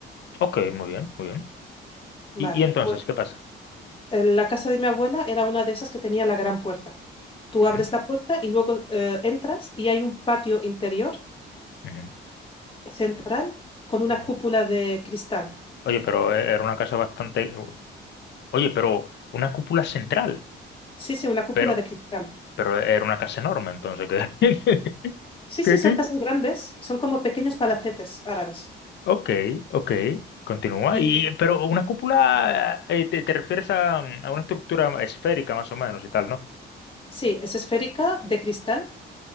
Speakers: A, on the left (about 60°); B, on the left (about 25°).
A: Ok, muy bien, muy bien.
B: Vale,
A: ¿Y, y entonces
B: pues
A: qué pasa?
B: eh, la casa de mi abuela era una de esas que tenía la gran puerta. Tú
A: Bien.
B: abres la puerta y luego eh, entras y hay un patio interior
A: ujú,
B: central con una
A: ujú.
B: cúpula de cristal.
A: Oye, pero eh, era una casa bastante... Oye, pero una cúpula central.
B: Sí, sí, una cúpula
A: Pero,
B: de cristal.
A: pero era una casa enorme, entonces, ¿qué? <laughs>
B: Sí,
A: ¿Qué,
B: sí, son
A: qué?
B: casas grandes, son como pequeños palacetes árabes.
A: Ok, ok, continúa.
B: Y
A: Y, pero una cúpula, eh, te, te refieres a, a una estructura esférica más o menos y tal, ¿no?
B: sí, es esférica de cristal